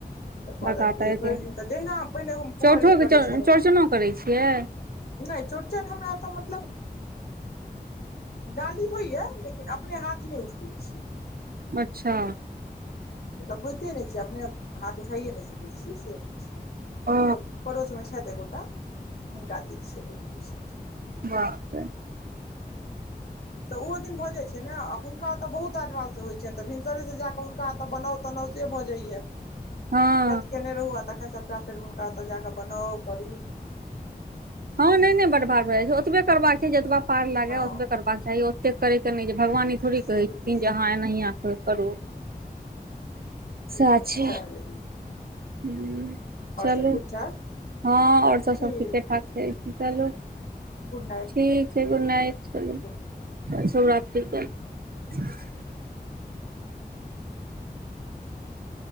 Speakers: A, on the left (about 65°); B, on the right (about 65°).
A: तऽ कहलथि
B: लगातार
A: कि जे
B: एते
A: भरि दिन तऽ जहिना हम पहिने एगो कुमारिमे
B: चौठोके
A: करै छलहुँ
B: चौरचनो
A: हे।
B: करै छियै
A: नहि चौरचन हमरा तऽ मतलब डाली होइए लेकिन अपने हाथ नहि उठबैत छै।
B: अच्छा।
A: मतलब होइते नहि छै अपने हाथ उठाइए नहि सकेत छीयै से छै।
B: ओ
A: तऽ पड़ोसमे छथि एकगोटा हुनका दै छियें ओ करै छथि
B: ब।
A: तऽ ओहो दिन भऽ जाइत छै, ने हुनका एतऽ बहुत आडवाल सँ होइ छनि तऽ भिनसरे से ज कऽ हुनका एतऽ बनाउ बनाउ से भऽ जाइया।
B: हँ।
A: व्रत केयने रहु आ तखन सभटा फेर हुनका ओतऽ जाकऽ बनाउ करू
B: हँ नहि नहि बड भार भए जाइ छै ओतबे करबाक चाही जतबा पार लागे
A: हँ
B: ह ओतबे करबाक चाही एतेक करय कऽ नहि जे भगवान ई थोड़ी
A: तऽ से
B: कहै
A: रहैया
B: छथिन जे अहाँ एनाहिये आ कऽ करू
A: <unintelligible>
B: सैह छै हूँ चलू
A: सब ठीक ठाक
B: हँ आओर सब सब
A: ठीक
B: ठीके ठाक छै <unintelligible> चलू ठीक
A: गुड नाइट
B: ठीक छै गुड नाइट चलू
A: गुड
B: सुभ रात्रि चलू